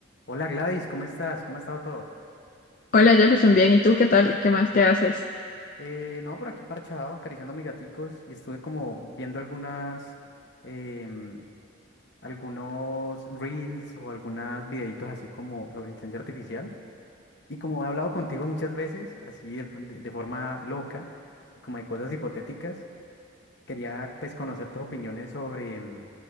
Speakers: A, on the left; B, on the left.
A: Hola Gladys, ¿cómo estás? ¿Cómo ha estado todo?
B: Hola Jefferson, bien, ¿y tú qué tal? ¿Qué más? ¿Qué haces?
A: Eh, no, por aquí parchado, acariciando a mis gaticos y estuve como viendo algunas, em, algunos reels o algunos videitos así como sobre inteligencia artificial. Y como he hablado contigo muchas veces, así de, de- de forma loca, como de cosas hipotéticas, Quería pues conocer tus opiniones sobre mm,